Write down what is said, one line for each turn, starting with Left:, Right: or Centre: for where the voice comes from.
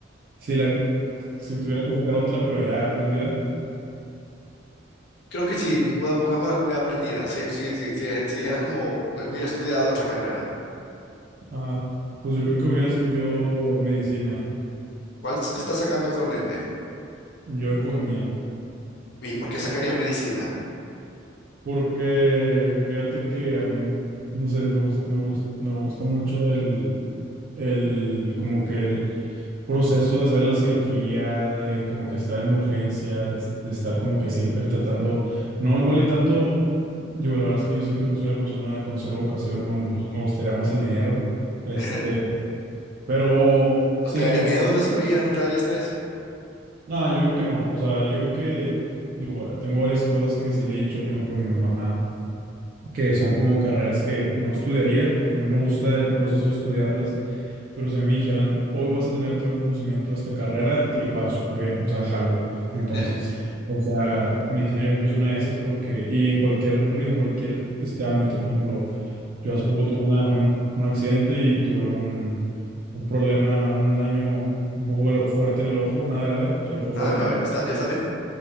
Right: si la, si tuviera que sacar otra, pero ya aprendida,
Left: Creo que sí, pon- pongámosla como ya aprendida. Si, si, si, si- si dijeras como eh, hubiera estudiado otra carrera,
Right: ah, pues yo creo que hubiera escogido medicina,
Left: ¿cuál te estás sacando actualmente?
Right: yo economía.
Left: ¿Y por qué sacarías medicina?
Right: Porque fíjate que a mí, no sé, me gusta me gus- me gusta mucho el, el, como que el proceso de hacer la cirugía, de como que estar en urgencia, de, es- de estar como que siempre tratando, no igual y tanto, digo, la verdad es que yo siento que soy una persona con cero vocación,
Left: Ujú.
Right: me, me gustaría más el dinero, este,
Left: <laughs>
Right: pero
Left: ¿No
Right: sí,
Left: te daría
Right: me, gust-
Left: miedo la cirugía? ¿No te daría estrés?
Right: no, yo creo que no, o sea, yo creo que, digo, tengo varias cosas que sí le he dicho, por ejemplo, a mi mamá. que son como carreras que no estudiaría porque no me gusta el proceso de estudiarlas, pero si a mí me dijeran, hoy vas a tener todo el conocimiento de esta carrera, digo, ah, súper bien, o sea, jalo. Entonces,
Left: <laughs>
Right: o sea, medicina yo creo que es una de esas porque, y en cualquier, en cualquier este ámbito, por ejemplo, yo hace poco tuve una- un, un accidente y tuve un, un problema, un daño un poco fuerte en el ojo, nada grave, solo fue
Left: Nada
Right: fuerte.
Left: grave, ¿Está, ya está bien?